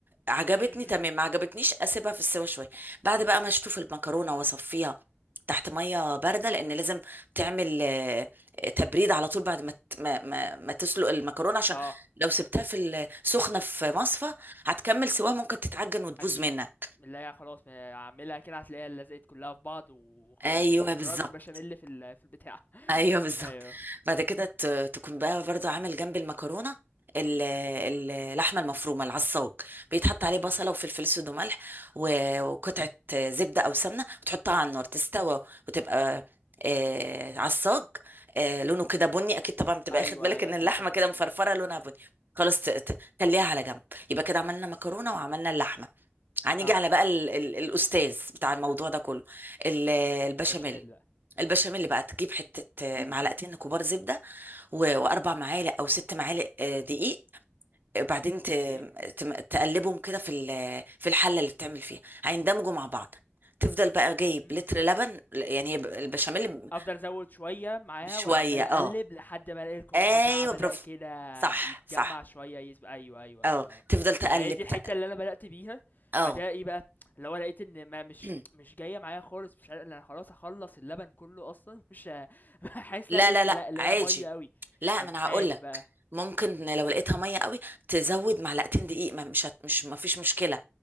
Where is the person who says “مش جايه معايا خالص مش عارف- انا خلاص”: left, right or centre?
Left